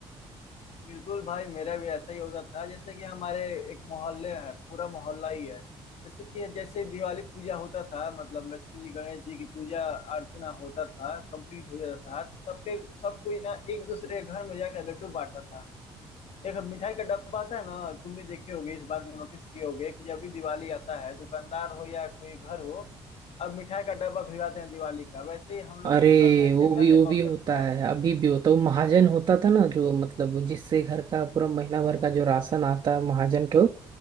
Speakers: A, on the left; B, on the right.
A: बिल्कुल भाई मेरा भी ऐसा ही होता था जैसे कि हमारे एक मोहल्ले है पूरा मोहल्ला ही है जैसे कि जैसे दिवाली पूजा होता था मतलब लक्ष्मी जी गणेश जी की पूजा अर्चना होता था कंप्लीट हो जाता था तो सबके सब कोई ना एक दूसरे के घर में जाकर लड्डू बांटता था एक मिठाई का डब्बा आता है ना तुम भी देखे होगे इस बात को नोटिस किए होगे कि जब भी दिवाली आता है दुकानदार हो या कोई घर हो अब मिठाई का डब्बा भिजवाते हैं दिवाली का वैसे ही हम लोग
B: अरे
A: के भी घर में सेम
B: वो भी
A: ऐसे
B: वो
A: कॉन्सेप्ट
B: भी होता
A: था
B: है अभी भी होता है वो महाजन होता था ना जो मतलब जिससे घर का पूरा महीना भर का जो राशन आता है महाजन को